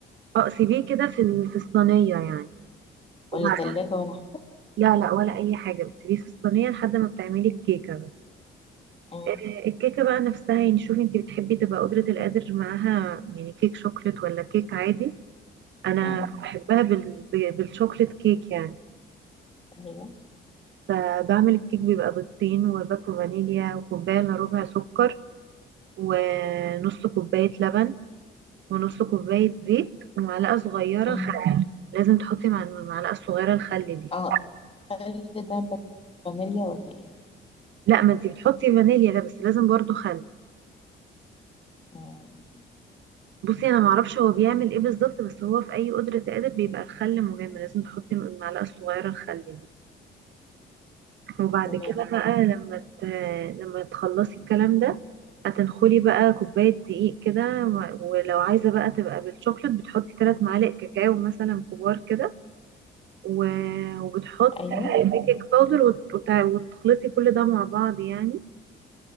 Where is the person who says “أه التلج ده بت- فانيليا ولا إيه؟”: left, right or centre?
Left